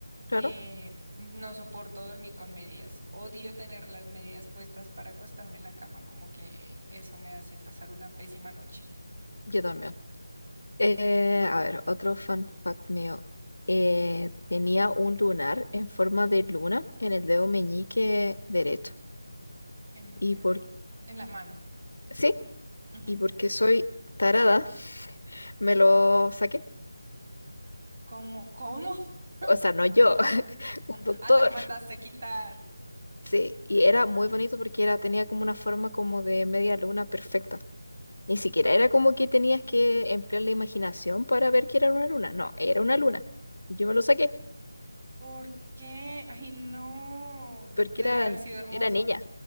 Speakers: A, on the left; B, on the right.
A: claro.
B: Eh, no soporto dormir con medias. Odio tener las medias puestas para acostarme en la cama, como que eso me hace pasar una pésima noche.
A: Yo también. Eh, a ver, otro fun fact mío. Eh, tenía un lunar en forma de luna en el dedo meñique derecho.
B: En el
A: ¿Y
B: dedo.
A: por
B: En la mano.
A: Sí.
B: Ujú.
A: y porque soy tarada, me lo saqué.
B: ¿Cómo? ¿Cómo? <laughs>
A: O sea, no yo,
B: ¿What?
A: <laughs> un doctor.
B: Ah, te lo mandaste quitar.
A: Sí, y era muy bonito porque era, tenía como una forma como de media luna perfecta. Ni siquiera era como que tenías que emplear la imaginación para ver que era una luna. No, era una luna. Y yo me lo saqué
B: ¿Por qué? Ay, no.
A: porque
B: Debe
A: era,
B: haber sido hermoso.
A: era niña.